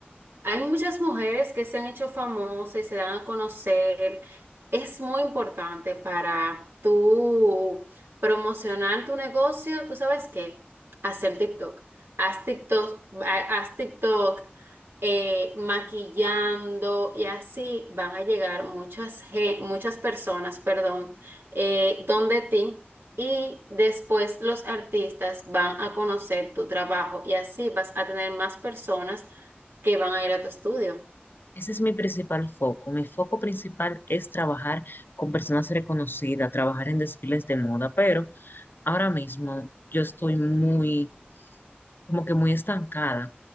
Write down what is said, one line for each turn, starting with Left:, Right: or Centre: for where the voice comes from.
Right: hay muchas mujeres que se han hecho famosas y se dan a conocer. Es muy importante para tú promocionar tu negocio. ¿Tú sabes qué? Hacer TikTok. Haz TikTok, ha- haz TikTok eh, maquillando y así van a llegar muchas, ge- muchas personas, perdón, eh, donde ti. Y después los artistas van a conocer tu trabajo y así vas a tener más personas que van a ir a tu estudio.
Left: Ese es mi principal foco. Mi foco principal es trabajar con personas reconocidas, trabajar en desfiles de moda, pero Ahora mismo yo estoy muy, como que muy estancada.